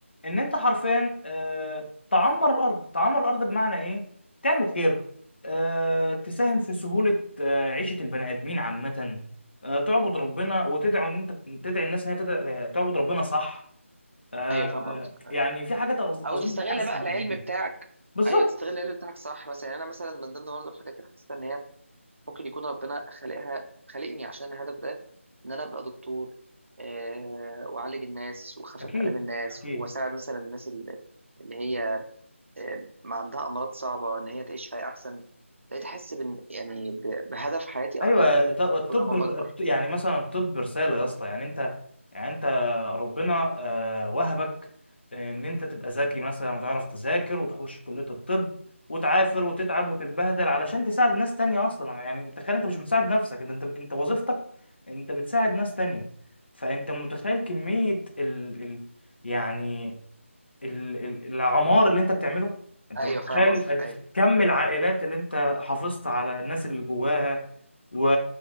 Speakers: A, on the left (about 50°); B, on the right (about 65°).
A: ان انت حرفيا آه، تعمر الارض تعمر الارض بمعنى ايه تعمل خير آه، تساهم في سهوله آه، عيشه البني ادمين عامه آه، تعبد ربنا وتدعو ان انت تدعي الناس ان هي تدع- آه، تعبد ربنا صح آه،
B: ايوه فاهم قصدك
A: يعني في حاجات أظ-
B: او
A: اظن
B: تستغل
A: اسمى
B: بقى العلم
A: من كده
B: بتاعك
A: بالظبط
B: ايوه تستغل العلم بتاعك صح مثلا يعني انا مثلا من ضمن برضه الحاجات اللي حسيت ان هي ممكن يكون ربنا خلقها خلقني عشان الهدف ده ان انا ابقى دكتور آه، واعالج الناس واخفف
A: اكيد
B: الام الناس
A: اكيد
B: واساعد مثلا الناس اللي اللي هي آه، ما عندها امراض صعبه ان هي تعيش حياه احسن بقيت احس بإن- يعني ب- بهدف حياتي
A: ايوه
B: اكتر
A: ط- الطب
B: كل ما بكبر
A: الط- يعني مثلا الطب رساله يا اسطى يعني انت يعني انت ربنا آه، وهبك ان انت تبقى ذكي مثلا وتعرف تذاكر وتخش كليه الطب وتعافر وتتعب وتتبهدل علشان تساعد ناس تانية اصلا يعني تخيل انت مش بتساعد نفسك انت انت انت وظيفتك انت بتساعد ناس تانية فانت متخيل كميه ال... ال... يعني ال- ال- العمار اللي انت بتعمله انت
B: ايوه
A: متخيل
B: فاهم قصدك ايوه
A: كم العائلات اللي انت حافظت على الناس اللي جواها و